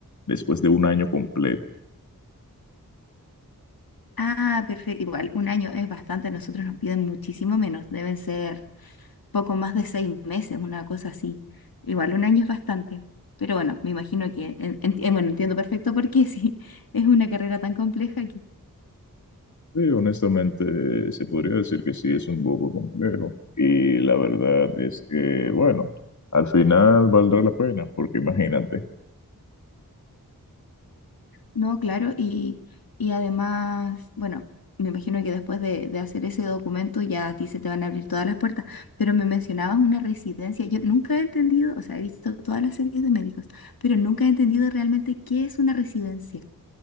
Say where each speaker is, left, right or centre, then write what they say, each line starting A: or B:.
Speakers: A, on the left; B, on the left.
A: después de un año completo.
B: Ah, perfecto. Igual, un año es bastante. a Nosotros nos piden muchísimo menos. Deben ser poco más de seis meses, una cosa así. Igual, un año es bastante. Pero bueno, me imagino que, en- en- eh, bueno, entiendo perfecto por qué, <laughs> sí, es una carrera tan compleja
A: Sí, honestamente se podría decir que sí es un poco complejo y la verdad es que, bueno, al final valdrá la pena porque imagínate.
B: No, claro, y, y además, bueno, me imagino que después de, de hacer ese documento ya a ti se te van a abrir todas las puertas, pero me mencionabas una residencia, yo nunca he entendido, o sea, he visto todas las series de médicos, pero nunca he entendido realmente qué es una residencia.